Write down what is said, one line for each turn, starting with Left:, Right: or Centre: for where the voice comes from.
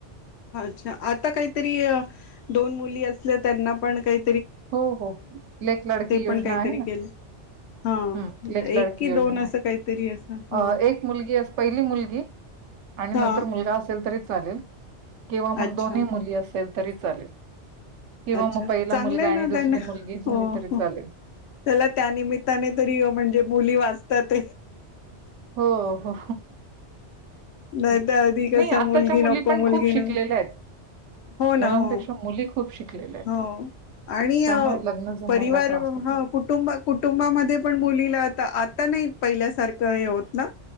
Left: अच्छा आता काहीतरी दोन मुली असल्या त्यांना पण काही
Right: हो हो लेख लाडकी योजना
Left: पण काहीतरी
Right: आहे ना
Left: केलं हा
Right: ह लेख
Left: एक
Right: लाडकी
Left: कि
Right: योजना
Left: दोन असं
Right: आहे
Left: काहीतरी असं हा
Right: एक मुलगी पहिली मुलगी आणि
Left: हा
Right: नंतर मुलगा असेल तरी चालेल किंवा मग
Left: अच्छा
Right: दोन्ही मुली असेल तरी चालेल किंवा
Left: अच्छा
Right: मग पहिला
Left: चांगलं
Right: मुलगा आणि
Left: त्यांना
Right: दुसरी मुलगी झाली तरी चालेल.
Left: चला त्या निमित्ताने तरी म्हणजे मुली वा तत
Right: हो, हो.
Left: नाही
Right: हं.
Left: तर आधी कस
Right: नाही आत्ताच्या
Left: मुलगी
Right: मुली
Left: नको
Right: पण
Left: मुलगी
Right: खूप शिकलेल्या
Left: नको
Right: आहेत.
Left: हो
Right: मुलांपेक्षा
Left: ना हो
Right: मुली खूप शिकलेल्या आहेत.
Left: हो आणि
Right: त्यामुळे लग्न जमवायला
Left: परिवार
Right: त्रास होतो.
Left: ह कुटुंब कुटुंबामध्ये पण मुलीला आ आता नाही पहिल्यासारखं हे होत ना